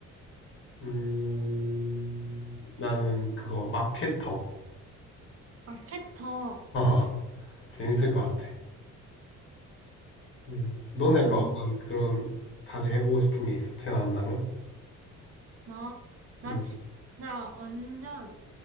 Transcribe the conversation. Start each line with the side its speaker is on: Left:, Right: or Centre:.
Left: 음, 나는 그거, 마케터.
Right: 마케터.
Left: <laughs> 재밌을 것 같아. 음, 너는 약간
Right: 오,
Left: 어떤 그런, 다시 해보고 싶은 게 있어, 태어난다면?
Right: 나, 나
Left: 음.
Right: 진짜 완전,